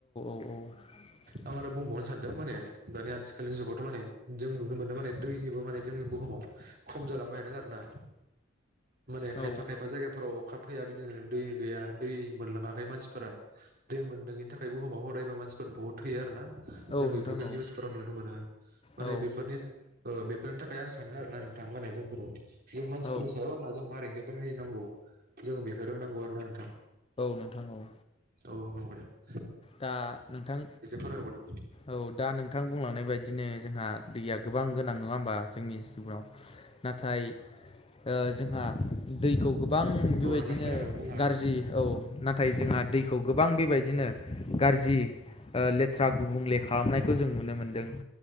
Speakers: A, on the left (about 30°); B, on the right (about 50°).
A: <inaudible>
B: आं आरो बुंबावनो सानदों माने दानि आथिखालनि जुगावथ माने जों नुनो मोनदों माने दैनिबो माने जोंनि बुहुमाव खम जालांबाय थादों आरना माने खायफा
A: ओ औ
B: खायफा जायगाफोराव अखा फैया बिदिनो दै गैया दै मोनलाङाखै मानसिफोरा दै मोनलोंयिनि थाखाय बुहुमाव हरायबो मानसिफोर बहुत थैयो आरोना
A: औ
B: जों बेफोरखो
A: नोंथां औ
B: निउसफोराव नुनो मोनो माने
A: औ
B: बेफोरनि ओ बेफोरनि थाखाय आं सानो आरोना। थांबालाय जोंफोराव जों मानसिफोरनि
A: औ
B: सायाव आरोना जों मारैहाय बाहायनांगौ जों बेखो रोंनांगौ आरो ना नोंथां।
A: नोंथांनाव
B: औ नोगौ दा।
A: दा नोंथां
B: फोरमायबावदो
A: औ दा नोंथां बुंलांनाय बायदिनो जोंहा दैया गोबां गोनां नोङा होमबा जोंनि जिगाव नाथाय ओ जोंहा दैखौ गोबां
B: औ
A: बेबायदिनो
B: नोंथां खोनादों बुंनो हागोन
A: गाज्रि औ ना नाथाय जोंहा दैखौ गोबां बेबायदिनो गाज्रि ओ ले बाथ्रा गुबुंले खालामनायखौ
B: हेल'
A: जों नुनो मोनदों